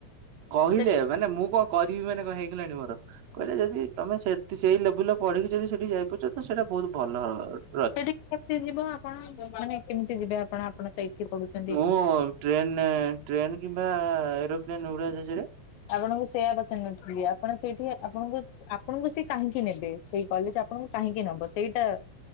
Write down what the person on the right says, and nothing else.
କହିଲେ
ମାନେ ମୁଁ କଣ କରିବି ମାନେ କଣ ହେଇଗଲାଣି ମୋର କହିଲେ ଯଦି ତମେ ସେ ସେଇ ଲେବୁଲରେ ପଢିକି ଯଦି ସେଠି ଯାଇପାରୁଛ ତ ସେଇଟା ବହୁତ ଭଲ ହବ
ମୁଁ ଟ୍ରେନ ଟ୍ରେନ୍ କିମ୍ବା ଏରୋପ୍ଲେନ୍ ଉଡାଜାହାଜରେ